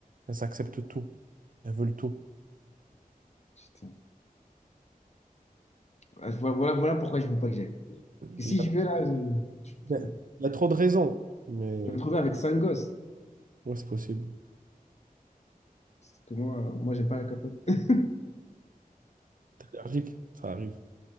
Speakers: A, on the right; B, on the left.
A: Elles acceptent tout. Elles veulent tout.
B: Putain. Ah, Voilà, voilà voilà pourquoi je veux pas que j'aille. Que
A: Il
B: si
A: y
B: je vais là, je...
A: a,
B: je-
A: il y a trop de raisons, mais
B: Je me trouvais avec cinq gosses.
A: ouais, c'est possible.
B: Sauf Que moi, euh, moi j'aime pas la capote. <laughs>
A: T'es allergique, ça arrive.